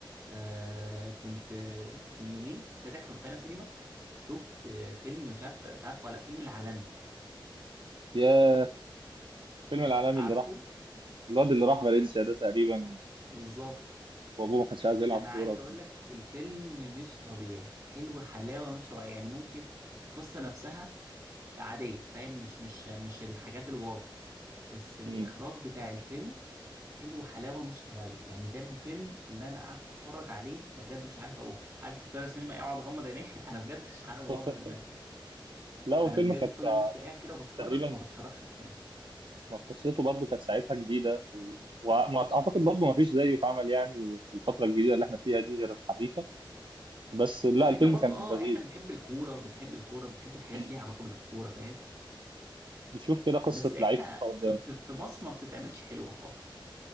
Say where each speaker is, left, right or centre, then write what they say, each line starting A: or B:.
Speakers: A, on the right; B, on the right.
A: آه، كنت من يومين فاتح روتانا سينما شفت آه، فيلم مش عارف انت عارفه ولا لأ، فيلم العالمي
B: يا فيلم العالمي
A: عارفه
B: اللي راح الواد اللي راح فالنسيا ده تقريبا
A: بالظبط
B: وابوه ما كانش عايز يلعب
A: انا
B: كوره
A: عايز
B: وكان-
A: اقول لك الفيلم مش طبيعي حلو حلاوه مش طبيعيه يعني ممكن القصه نفسها عادية فاهم مش مش مش الحاجات الواو بس الإخراج
B: مم.
A: بتاع الفيلم حلو حلاوة مش طبيعية يعني ده الفيلم اللي أنا قعدت أتفرج عليه أنا بجد مش عارف أقول عارف في الطيارة السينما إيه؟ أقعد أغمض عيني <laughs> أنا بجد مش عارف أغمض
B: <laughs>
A: عيني
B: لا والفيلم
A: أنا بجد
B: كانت
A: فضلت قاعد كده بتفرج
B: تقريبا
A: ما بتحركش مكاني
B: ما قصته برضو كانت ساعتها جديده و- وما اعتقد برضو ما فيش زيه اتعمل يعني في الفتره الجديده اللي احنا فيها دي غير الحديثه بس لا
A: بس إحنا
B: الفيلم
A: برضو
B: كان
A: أه
B: لذيذ
A: إحنا بنحب الكورة بنحب الكورة بنحب الحاجات
B: مم.
A: اللي ليها علاقة بالكورة فاهم
B: بتشوف كده قصه
A: بس إحنا
B: لعيب كورة قدامك
A: في, في, في مصر ما بتتعملش حلوة خالص